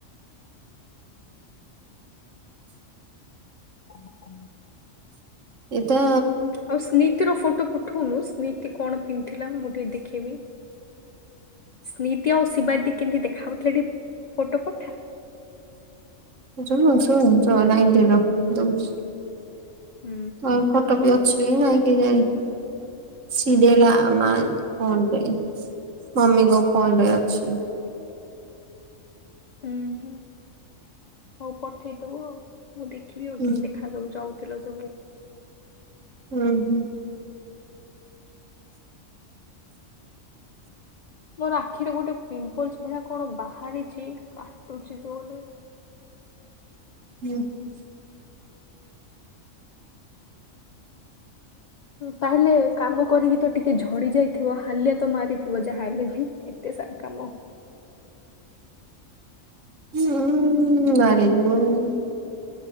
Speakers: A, on the left (about 60°); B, on the right (about 75°).
A: ହଁ ହଁ <unintelligible>
B: ଏଇ ତ
A: ଆଉ ସ୍ମୀତିର ଫଟୋ ପଠଉନୁ ସ୍ମୀତି କଣ ପିନ୍ଧିଥିଲା ମୁଁ ଟିକେ ଦେଖିବି। ସ୍ନୀତି ଆଉ ଶିବାଦୀ କେମିତି ଦେଖା ହାଉଥିଲେ ଫୋଟୋ ପଠା।
B: <unintelligible> ଲାଇନର ଦଉଛି <unintelligible>
A: ହୁଁ।
B: କଁ ଫଟୋ ବି ଅଛି ନାଇଁ କେଜାଣି। ସିଡ଼େଲା ମା ଫୋନ ପାଇଁ ମମିଙ୍କ ଫୋନରେ ଅଛି।
A: ଉୁଁ ହୁଁ ହଉ ପଠେଇଦବୁ ଆଉ ମୁଁ ଦେଖିବି
B: ହୁଁ
A: ଆଉ କେମିତି ଖା ଯୋଉ ଯାଉଥିଲ ସବୁ।
B: ହୁଁ ହୁଁ।
A: ମୋର ଆଖିରେ ଗୋଟେ ପିମ୍ପଲ୍ସ ଭଳିଆ କଣ ବାହାରିଛି କାଟୁଛି ଯୋରେ।
B: ହୁଁ ହୁ। <inaudible>
A: ତାହେଲେ କାମ କରିକି ତ ଟିକେ ଝଡ଼ି ଯାଇଥିବ ହାଲିଆ ତ ମାରିଥିବ ଯାହା ହେଲେବି। ଏତେ ସାରା କାମ।
B: ହୁଁ ଲଗିଲୁ <unintelligible>